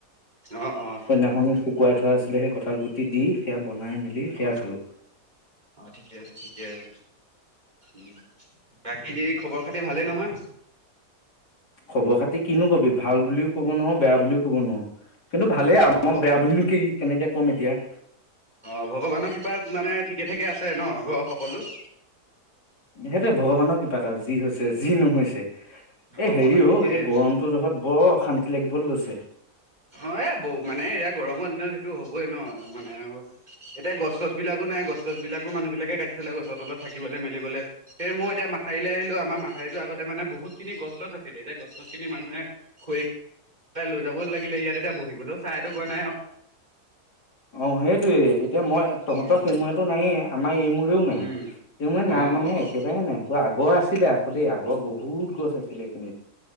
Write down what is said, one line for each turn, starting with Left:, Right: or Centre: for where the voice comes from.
Right: অ অ
Left: সন্ন্যাসন শুকুৱাই থোৱা আছিলে সেই কঁঠাল গুটি দি সেয়া বনাই মেলি সেয়া
Right: অ
Left: খালো
Right: অ ঠিকে আছে, ঠিকে আছে। উ বাকী খবৰ খাতি ভালেই নহয়?
Left: খবৰ খাতি কিনো কবি ভাল বুলিও কব নোৱাৰো, বেয়া বুলিও কব নোৱাৰ, কিন্তু ভালেই
Right: অ
Left: আৰু
Right: ভগ
Left: মই বেয়া বুলিনো কি কেনেকে ক'ম এতিয়া।
Right: অ ভগৱানৰ ক্ৰিপাত মানে ঠিকে -থাকে আছে ন ঘৰৰ সকলো?
Left: সেইটোে ভগৱানৰ কিষাণ আৰু‌ যি হৈছে যি নহৈছে।
Right: অ
Left: এই হেৰিও
Right: অ ঠিকে
Left: এই গৰমটো জোখত বৰ অশান্তি লাগিবলৈ লৈছে।
Right: অ এ বৌক মানে এয়া গৰম ক দিনত সেইটো হ'বই ন মানে আৰু এতিয়া গছ বিলাকো নাই'ন গছ- গছ বিলাকো মানুহ বিলাকে কাটি থলে গছৰ তলত থাকিবলৈ মেলিবলৈ সেই মই এয়া মঠাউৰিলৈ আহিলো আমাৰ মাঠউৰিতো আগতে মানে বহুত খিনি গছ- চছ আছিল। এতিয়া গছ চছ খিনি মানুহে খৰি লৈ যাব লাগিলে ইয়াত এতিয়া বহিবলৈও চাহ এটোকোৰা নাই অ
Left: অ সেইটোয়ে। এতিয়া মই তহঁত
Right: উম
Left: সিমূৰেতো নাইয়ে আমাৰ এই মূ ৰেও নাই
Right: উম
Left: নাই
Right: অ'
Left: মানে
Right: অ'
Left: একেবাৰে নাই ত আগৰ আছিলে আকৌ দেই আগৰ বহুত গছ আছিলে এইখিনিত।